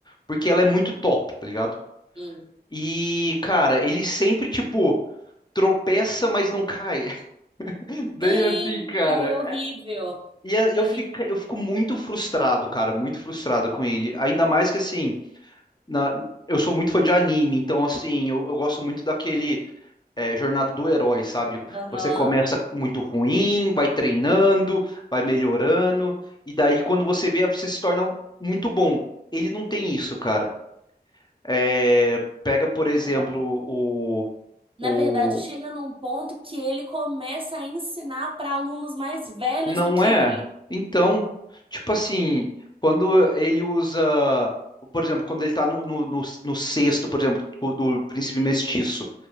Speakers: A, on the left (about 25°); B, on the right (about 30°).
A: Porque ela é muito top, tá ligado?
B: Sim,
A: E, cara, ele sempre, tipo, tropeça, mas não cai. <laughs> Bem
B: Sim,
A: assim, cara.
B: é horrível.
A: E eu
B: É horrível.
A: fico, eu fico muito frustrado, cara, muito frustrado com ele. Ainda mais que assim. na- eu sou muito fã de anime, então assim, eu, eu gosto muito daquele é, jornada do herói, sabe?
B: Aham.
A: Você começa muito ruim, vai treinando, vai melhorando, e daí quando você vê, você se torna muito bom. Ele não tem isso, cara. É, pega, por exemplo,
B: Não.
A: o,
B: Na
A: o.
B: verdade, chega num ponto que ele começa a ensinar para alunos mais velhos
A: Não
B: do que
A: é?
B: ele.
A: Então, tipo assim, quando ele usa. Por exemplo, quando ele tá no, no, no, no sexto, por exemplo, do Príncipe Mestiço.